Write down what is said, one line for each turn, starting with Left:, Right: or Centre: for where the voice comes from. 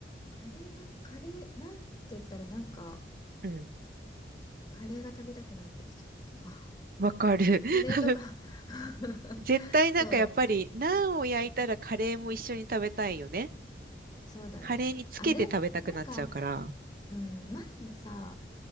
Left: カレーは、カレー、なんて言ったらなんか、
Right: うん。
Left: カレーが食べたくなってきちゃったけど。
Right: わかる。
Left: <laughs> カレーとか
Right: <laughs>
Left: <laughs>
Right: 絶対なんかやっぱり、
Left: そう、
Right: ナンを焼いたらカレーも一緒に食べたいよね。
Left: そうだね。
Right: カレーにつけて食べたくなっちゃうから。
Left: あれ、なんか、うん、前さ、